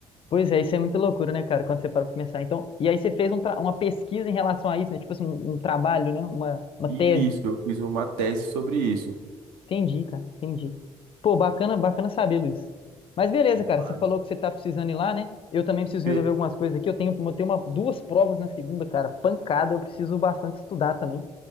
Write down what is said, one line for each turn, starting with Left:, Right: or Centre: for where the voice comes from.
Left: Pois é, isso é muita loucura, né, cara, quando você para pra pensar. Então, e aí você fez um tra- uma pesquisa em relação a isso, né? Tipo assim, um um trabalho, né? Uma, uma
Right: Isso,
Left: tese.
Right: eu fiz uma tese sobre isso.
Left: Entendi, cara, entendi. Pô, bacana, bacana saber, Luiz. Mas beleza,
Right: Demais.
Left: cara, você falou que você tá precisando ir lá, né? Eu também preciso
Right: Fe-
Left: resolver algumas coisas aqui. Eu tenho, eu tenho uma, duas provas na segunda, cara, pancada. Eu preciso bastante estudar também.